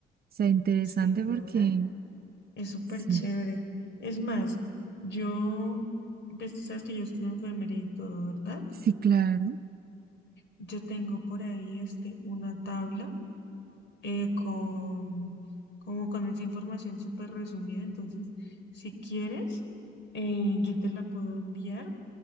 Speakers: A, on the right (about 50°); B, on the left (about 65°).
A: O sea, interesante
B: Sí, ¿verdad?
A: porque,
B: Es súper
A: sí,
B: chévere. Es más, yo, pues tú sabes que yo estudio enfermería y todo, ¿verdad?
A: sí, claro.
B: Yo tengo por ahí este, una tabla eh, con, como con esa información súper resumida. Entonces, si quieres, eh, yo te la puedo enviar